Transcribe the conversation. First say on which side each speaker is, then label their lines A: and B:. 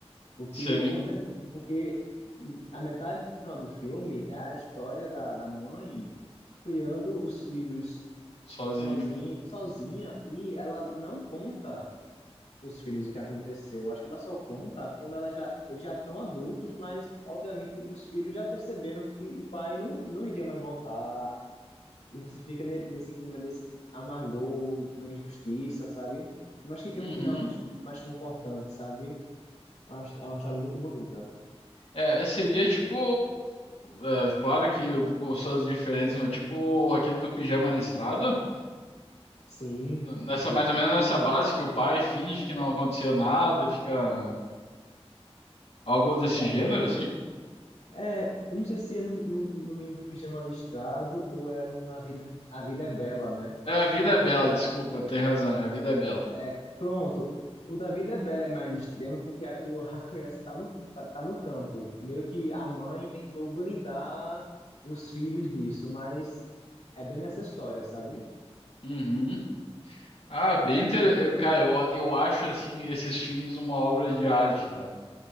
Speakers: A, on the left; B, on the left.
A: Porque
B: Sim,
A: conta, porque a metade do final do filme é a história da, da mãe criando os filhos
B: sozinho.
A: sozinha, sozinha e ela não conta os filhos o que aconteceu. Acho que ela só conta quando ela já, eles já estão adultos, mas obviamente os filhos já perceberam que o pai não, não iria mais voltar. E você fica ne- nesse clima desse amargor, uma injustiça, sabe? Mas que tem
B: Uhum.
A: um final mais, mais confortante, sabe? É uma é uma história muito bonita.
B: É, seria tipo, é, claro que com suas diferentes, mas tipo aquele do pijama listrado,
A: Sim.
B: nessa
A: E-
B: mais ou menos nessa base que o pai finge que não aconteceu nada, fica algo desse
A: É,
B: gênero assim.
A: é, eu não sei se é no, no, no menino do pijama listrado ou é no Na Vida, A Vida é Bela, né?
B: É, a vida é bela, desculpa, tem razão, a vida é bela.
A: É, pronto. O da Vida é Bela é mais extremo porque a, o- a criança tá no, tá, tá no campo. Meio que a mãe tentou blindar os filhos disso, mas é bem nessa história, sabe?
B: Uhum. Ah, bem interessante. Eu, cara, eu, eu acho assim esses filmes uma obra de arte, tá?